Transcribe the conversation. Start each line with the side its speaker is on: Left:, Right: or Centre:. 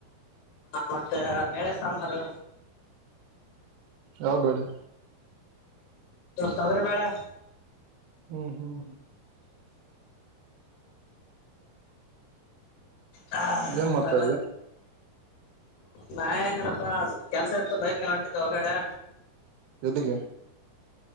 Left: ಮತ್ತೆ ಬೇಳೆ ಸಾಂಬಾರು
Right: ಯಾವಬೇಡ
Left: ತಾವರಿ ಬೇಳೆ
Right: ಹ್ಮ್ ಹ್ಮ್
Left: ಹಾ
Right: ಏನ್ ಮಾಡ್ತಾ
Left: ಹ
Right: ಇದ
Left: ನಾ ಏನೇನಪ್ಪಾ ಕೆಲ್ಸ ಇತ್ತು ಬಂಗಲ್ಲ ಹೊಂಟತ್ತು ಹೊರ್ಗಡೆ
Right: ಯಾತಕೆ